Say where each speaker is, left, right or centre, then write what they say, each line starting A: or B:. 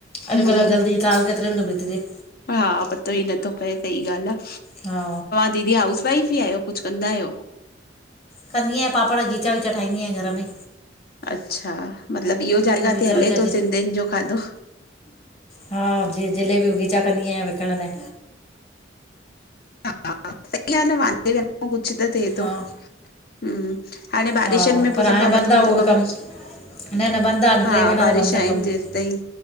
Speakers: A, on the left; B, on the left.
A: हम्म
B: अॼुकल्ह जल्दी साल केतिरे में तो बितजे
A: हा पतो ई नथो पए सही ॻाल्हि आहे
B: हा
A: दीदी हाउस वाइफ ई आहियो कुझु कंदा आहियो
B: कंदी आहियां पापड़ खीचा वीचा ठाहींदी आहिया घर में
A: अच्छा मतलॿु इहो
B: खीचा
A: जाॾे काथे हले
B: वीचा
A: थो
B: जे
A: सिंधियुनि ॼो खाधो
B: हा ॼिअ् जिलेबीयूं खींचा कंदी आहियां विकण लाइ
A: हा सई आहे न वांदे वेहण खां कुछ त थिए
B: हा
A: थो हम हाणे बारिशनि
B: हा
A: में
B: पर
A: पोइ
B: हाणे
A: सफ़ा बंदि हूंदव
B: आहे उहो बि कमु न न बंदि आहे हाणे
A: हा
B: टे महीना
A: बारिश
B: त बंदि आहे
A: आहिन
B: कमु
A: जेसि ताईं